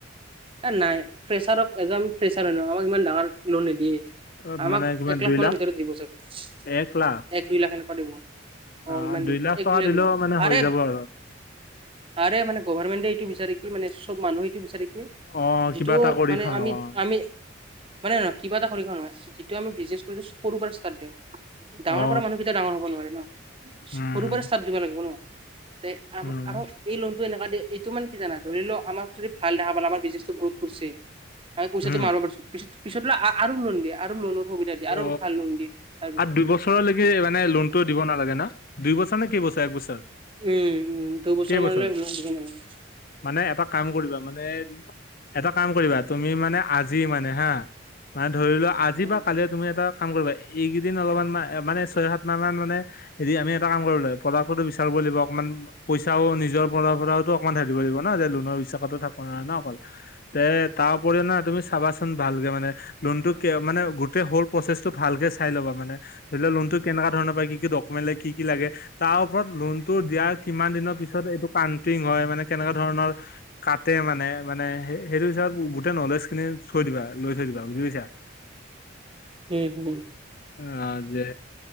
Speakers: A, on the right (about 25°); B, on the left (about 45°).
A: এই নাই ফ্ৰেচাৰক, এজন আমি ফ্ৰেচাৰ ন আমাক ইমান ডাঙৰ লোন নিদিয়ে',
B: অ,
A: আমাক
B: মানে কিমান
A: এক লাখ
B: দুই
A: মানৰ ভিতৰত দিব চাগে,
B: এক লাখ
A: এক - দুই লাখ এনেকুৱা দিব',
B: অ',
A: ইমান
B: দুই
A: দিব
B: লাখ
A: এক
B: টকা দিলেও
A: দিব
B: মানে হৈ
A: আৰে
B: যাব আৰু',
A: আৰে মানে গভৰ্মেণ্টে এইটো বিচাৰি কি মানে চব মানুহে এটো বিচাৰে কি',
B: অ
A: যিটোও
B: কিবা এটা কৰি
A: মানে
B: খাওঁ
A: আমি
B: অ
A: - আমি', মানে নহয় কিবা এটা খৰি খোৱা নহয়, যিটো আমি বিজনেছ কৰোঁ সৰু পৰা দি ডাঙৰ
B: অ
A: পৰা মানুহবিলা', ফটকে ডাঙৰ হ'ব নোৱাৰি ন,
B: উম
A: সৰু পৰা ষ্টাৰ্ট দিব লাগিব ন, এই আম',
B: উম
A: - আৰু এই লোনটো', লোনটো এনেকুৱা দিয়ে এইটো মানে কি জানা ধৰি লও আমাক', যদি ভাল দেখা পালা আমাৰ বিজনেছটো গ্ৰোথ কৰছে, অহ', পইচা
B: হম
A: তো মাৰব পাৰছোঁ', পিছত- পিছত বুলে আ', -আ', -আৰু লোন দিয়ে আৰু লোনৰ সুবিধা দিয়ে
B: অ
A: আৰু ভাল লোন দিয়ে', তাৰপিছত
B: আৰু দুইবছৰলৈকে মানে লোনটো দিব নালাগে ন, দুই বছৰ নে কেইবছৰ একবছৰ',
A: উম', - উম', দুবছৰ
B: কেইবছৰ
A: মানলৈ লোন দিব নালাগে',
B: মানে এটা কাম কৰিবা মানে এটা কাম কৰিবা তুমি মানে আজি মানে হা', মানে ধৰি লোৱা আজি
A: উম
B: বা কালি তুমি এটা কাম কৰিবা এইকেইদিন অলপমান মা', - মানে ছয়- সাত মাহ মান মানে', এদিয়া আমি এটা কাম কৰিব লাগিব ফলাফলটো বিচাৰিবই লাগিব অকণমান পইচাও নিজৰ পৰা পৰা পৰাতো অকণমান ধালিব লাগিব ন যে লোনৰ বিশ্বাসটো থাকিব নোৱাৰি ন অকল তে তাৰ উপৰি না তুমি চাবাচোন ভালকে মানে লোন টো মানে গোটেই হৌল প্ৰচেছটো ভালকে চাই ল'বা মানে ধৰি লোৱা লোনটো কেনেকা ধৰণৰ বা কি কি ডকুমেণ্ট লাগে কি লাগে তাৰ ওপৰত লোনটো দিয়াৰ কিমান দিনৰ পিছত এইটো কানটিং হয় মানে কেনেকুৱা ধৰণৰ কাটে মানে মানে সে সেইটো হিচাপত গোটেই নলেজ খিনি থৈ দিবা লৈ থৈ দিবা বুজি পাইছা
A: সে হো <unintelligible>
B: অ যে